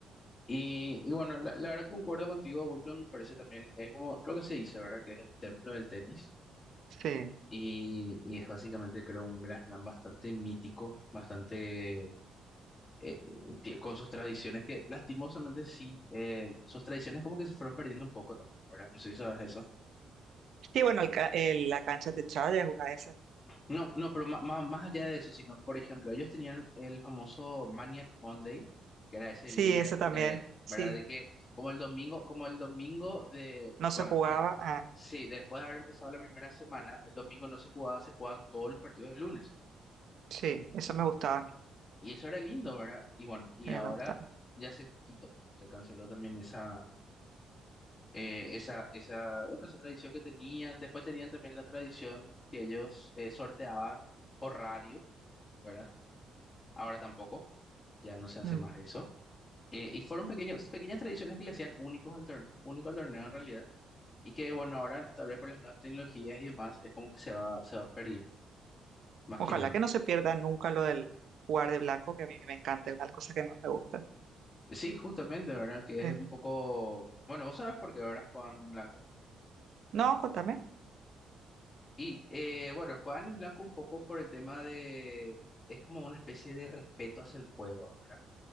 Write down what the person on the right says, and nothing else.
sí.
Sí, bueno, el ca- el- la cancha techada es una de esas.
Sí,
esa también.
Sí,
no se
jugaba.
Ah,
sí, eso me gustaba a mí.
eh,
me gustaba.
Mm.
Ojalá
que no se pierda nunca lo del jugar de blanco, que a mí me encanta, es una de las cosas que más me gusta.
Eh,
No, contame.